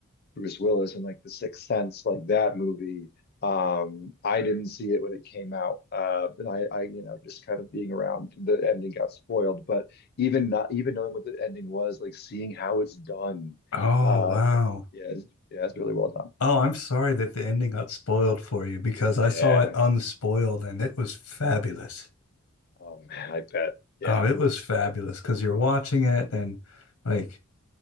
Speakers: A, on the left; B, on the left.
A: Bruce Willis and like The Sixth Sense, like that movie. Um, I didn't see it when it came out, uh, but I, I, you know, just kind of being around, the ending got spoiled. But even not even knowing what the ending was, like seeing how it's done,
B: Oh
A: uh,
B: wow.
A: yeah, it's- yeah, it's really well done.
B: Oh, I'm sorry that the ending got spoiled for you because I
A: Yeah.
B: saw it unspoiled and it was fabulous.
A: Oh man, I bet. Yeah.
B: Oh, it was fabulous because you're watching it and like,